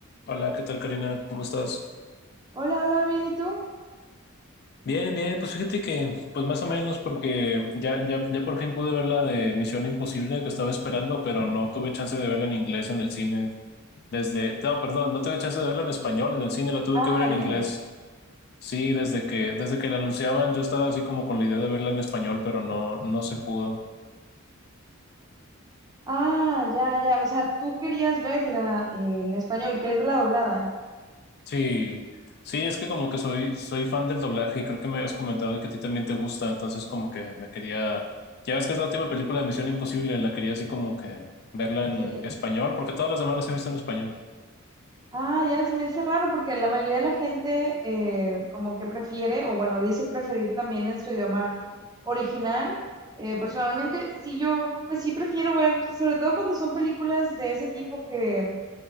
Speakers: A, on the left; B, on the right.
A: Hola, ¿qué tal, Karina? ¿Cómo estás?
B: Hola, hola, bien, ¿y tú?
A: Bien, bien, pues fíjate que, pues más o menos, porque ya, ya, ya por fin pude ver la de Misión Imposible que estaba esperando, pero no tuve chance de verla en inglés en el cine desde, no, perdón, no tuve chance de verla en español en el cine, la tuve
B: Ah,
A: que ver en inglés.
B: ya, ya.
A: Sí, desde que, desde que la anunciaban, yo estaba así como con la idea de verla en español, pero no, no se pudo.
B: Ah, ya, ya, o sea, tú querías verla en español, querías verla doblada.
A: Sí, sí, es que como que soy, soy fan del doblaje y creo que me habías comentado que a ti también te gusta, entonces como que me quería, ya ves que es la última película de Misión Imposible, la quería así como que verla en
B: Sí,
A: español, porque todas las demás las he visto en español.
B: Ah, ya, se me hace raro porque la mayoría de la gente eh, como que prefiere, o bueno, dice preferir también en su idioma original. Eh, personalmente, sí, yo, pues sí prefiero ver, sobre todo cuando son películas de ese tipo que